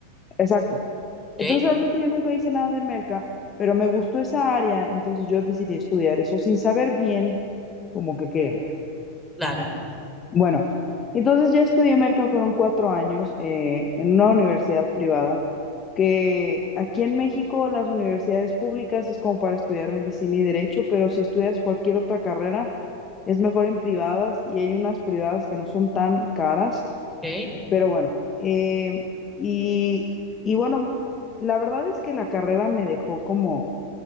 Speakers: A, on the left; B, in the centre.
A: exacto.
B: ¿ok?
A: Entonces realmente yo nunca hice nada de merca, pero me gustó esa área, entonces yo decidí estudiar eso sin saber bien como que qué era.
B: Claro.
A: Bueno, entonces ya estudié merca, fueron cuatro años eh, en una universidad privada, que aquí en México las universidades públicas es como para estudiar medicina y derecho, pero si estudias cualquier otra carrera es mejor en privadas y hay unas privadas que no son tan caras,
B: ¿ok?
A: pero bueno, eh, y, y bueno, la verdad es que la carrera me dejó como